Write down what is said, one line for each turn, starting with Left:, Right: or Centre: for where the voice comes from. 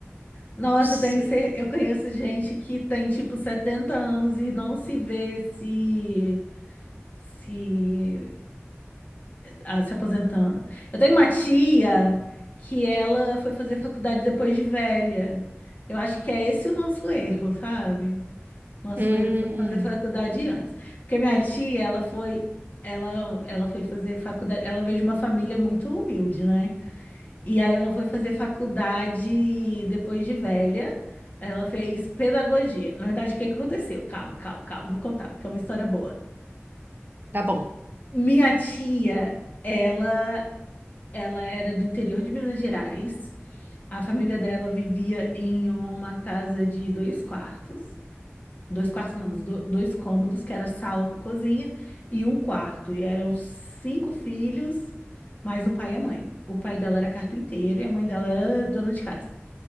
Left: Nossa,
Right: não sei.
Left: eu tenho cer- eu conheço gente que tem tipo 70 anos e não se vê se se ah, se aposentando. Eu tenho uma tia que ela foi fazer faculdade depois de velha. Eu acho que é esse o nosso erro, sabe? Nosso
Right: Hum,
Left: erro foi fazer faculdade antes. Porque minha tia, ela foi ela ela foi fazer faculdade, ela veio de uma família muito humilde, né? E aí ela foi fazer faculdade depois de velha. Ela fez pedagogia. Na verdade, o que que aconteceu? Calma, calma, calma. Vou contar, porque é uma história boa.
Right: tá bom.
Left: Minha tia, ela, ela era do interior de Minas Gerais. A família dela vivia em uma casa de dois quartos. Dois quartos, não, do- dois cômodos, que era sala com a cozinha, e um quarto. E eram cinco filhos, mais o pai e a mãe. O pai dela era carpinteiro e a mãe dela era dona de casa.